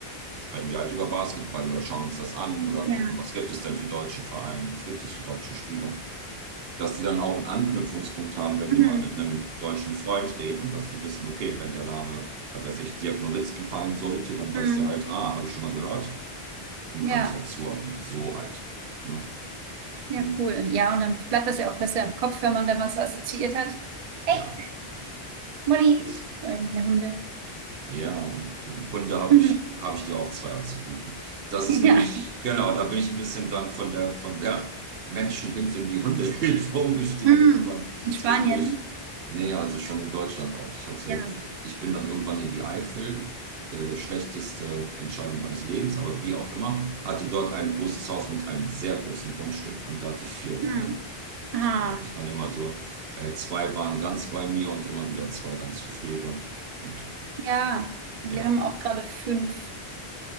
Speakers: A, on the right; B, on the right.
A: sprechen wir halt über Basketball oder schauen uns das an oder
B: Ja.
A: gucken, was gibt es denn für deutsche Vereine, was gibt es für deutsche Spieler. Dass die dann auch einen Anknüpfungspunkt haben, wenn
B: Hm,
A: die mal mit einem deutschen Freund reden, dass die wissen, okay, wenn der Name, was weiß ich, Dirk Nowitzki fallen sollte, dann
B: hm,
A: weiß der halt, ah, habe ich schon mal gehört und
B: ja.
A: kann ich halt zuordnen. So halt. Ne?
B: Ja,
A: Hm.
B: cool. Ja, und dann bleibt das ja auch besser im Kopf, wenn man da was assoziiert hat.
A: Ja,
B: Hey, Molly.
A: ist.
B: Äh, Der Hunde. <laughs>
A: Ja, und Hunde habe
B: Mhm.
A: ich, habe ich dir auch zwei anzubieten. Das
B: Ja.
A: ist nämlich, genau, da bin ich ein bisschen dann von der, von der Menschenhilfe in die Hundehilfe <laughs> umgestiegen
B: Hm,
A: irgendwann.
B: in Spanien?
A: Zwischendurch, nee, also schon in Deutschland auch. Ich hatte,
B: Ja.
A: jetzt- ich bin dann irgendwann in die Eifel, äh, schlechteste Entscheidung meines Lebens, aber wie auch immer, hatte dort ein großes Haus mit einem sehr großen Grundstück und da hatte ich vier Hunde.
B: Hm. Ah,
A: Die hatte ich dann immer so, äh, zwei waren ganz bei mir und immer wieder zwei dann zu Pflege. Und ja,
B: ja.
A: genau.
B: Und
A: ja.
B: Wir haben auch gerade fünf.